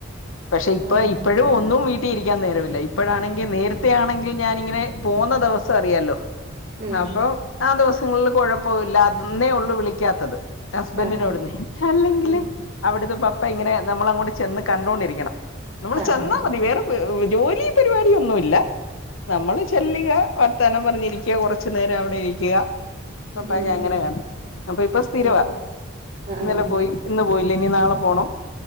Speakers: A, on the left; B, on the right.
A: പക്ഷെ ഇപ്പ
B: ആഹ്
A: ഇപ്പൊഴും ഒന്നും വീ ട്ടി ഇരിക്കാൻ നേരല്ല ഇപ്പഴാണെങ്കി നേരത്തെ ആണെങ്കിൽ ഞാനിങ്ങനെ പോന്ന ദെവസം അറിയാലോ
B: ഉം
A: അപ്പം ആ ദിവസങ്ങൾല് കൊഴപ്പവില്ല അന്നേ ഒള്ളു വിളിക്കാത്തത് ഹസ്ബൻ്റിനോവിടുന്നേ
B: ആഹ്
A: അല്ലെങ്കില്
B: ഉം
A: അവിടത്തെ പപ്പ ഇങ്ങനെ നമ്മളങ്ങോട്ട് ചെന്ന് കണ്ടോണ്ടിരിക്കണം നമ്മള്
B: ആഹ്
A: ചെന്നാ മതി വേറെ പ ജോലി പരിപാടിയൊന്നുല്ല നമ്മള് ചെല്ലിക വർത്താനം പറഞ്ഞിരിക്കു കുർച്ചു നേരം അവിടെ ഇരിക്ക
B: ഉം
A: പപ്പായ
B: ഉം
A: ഞാൻ അങ്ങന കാണണെ അപ്പൊ ഇപ്പൊ സ്ഥിരവാ
B: ആഹ് ആഹ്
A: ഇന്നലെ
B: ആഹ്
A: പോയി ഇന്ന് പോയില്ല ഇനി നാളെ പോണം